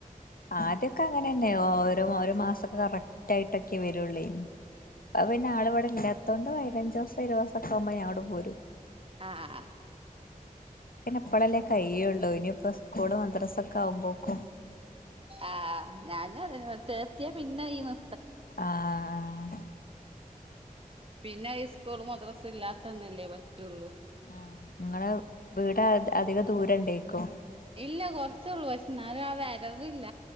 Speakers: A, on the left (about 85°); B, on the right (about 40°).
A: ആദ്യൊക്കെ അങ്ങനെ തന്നെയ ഓരോ ഒരു മാസൊക്കെ കറക്റ്റയിട്ടൊക്കെ വരുള്ളൂ ഇനി അപ്പ പിന്നെ ആള ഇവിടെ ഇല്ലാത്തൊണ്ട് പതിനഞ്ചു ദിവസം ഇരുപത് ദിവസക്കെ ആവുമ്പോ ഞാങ്ങട് പോരും
B: ആ അആ
A: ന്നെ അപ്പളല്ലേ കഴിയ്യുള്ളൂ ഇനി പ്പ സ്കൂള് മദ്രാസ ഒക്കെ ആവുമ്പോ ക്കൊ
B: ആ ഞാനും അത് ന്ന ചേർത്തിയ പിന്നെ ഈ നി
A: ആ ആ
B: പിന്നെ ഹൈ സ്കൂള് മദ്രസ ഇല്ലാത്തന്നല്ലേ പറ്റുള്ളൂ
A: ആ നിങ്ങള് വീട് അധി അധിക ദൂര ഉണ്ടേക്കോ
B: ഇല്ല കൊറച്ചുള്ളൂ പക്ഷെ എന്നാലും ആ വരവില്ല